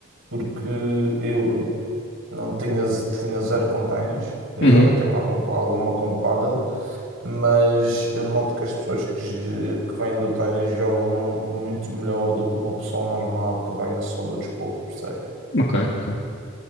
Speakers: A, on the right; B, on the left.
A: porque eu não tinha, tinha zero com e
B: Uhum.
A: agora tenho algum, alguma com paddle, mas eu noto que as pessoas que, j- que vêm do ténis jogam muito melhor do que uma pessoa normal que venha só do desporto, percebes?
B: Ok, ok.